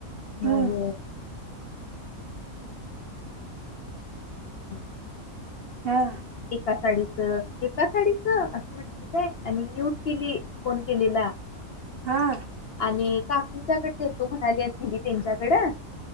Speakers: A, on the right (about 55°); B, on the left (about 60°).
A: हम्म
B: हो हो <unintelligible>
A: हा
B: एका साईड एका साडीच असं म्हटली काय आणि घेउन केली फोन केलेला
A: हा
B: आणि का तिच्याकड देतो म्हणाली आणि दिली त्यांच्याकडं